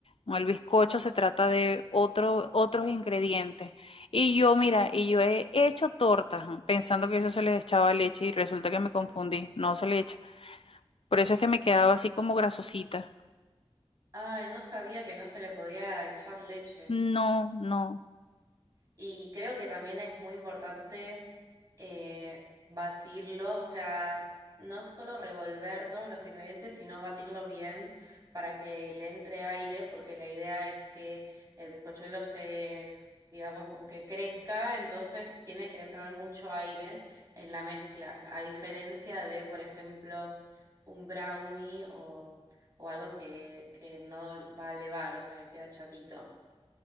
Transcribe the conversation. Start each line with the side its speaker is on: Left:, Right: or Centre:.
Left: No, el bizcocho se trata de otro, otros ingredientes. Y yo, mira, y yo he hecho tortas ¿no? pensando que eso se le echaba leche y resulta que me confundí, no se le echa. Por eso es que me quedaba así como grasosita.
Right: Ay, no sabía que no se le podía echar leche.
Left: No, no.
Right: Y creo que también es muy importante eh, batirlo, o sea, no solo revolver todos los ingredientes, sino batirlo bien para que le entre aire, porque la idea es que el bizcochuelo se, digamos, como que crezca, entonces tiene que entrar mucho aire en la mezcla, a diferencia de, por ejemplo, un brownie o, o algo que, que no va a elevar, o sea, que queda chatito.